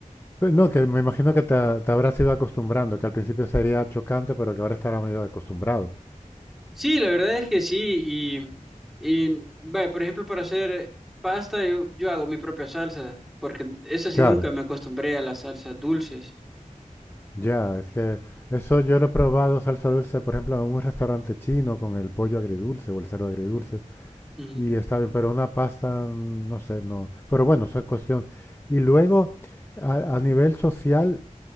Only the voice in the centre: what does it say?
Sí, la verdad es que sí. Y, y vaya, por ejemplo, para hacer pasta, yo, yo hago mi propia salsa, porque eso sí
nunca me acostumbré a las salsas dulces.
Ujú.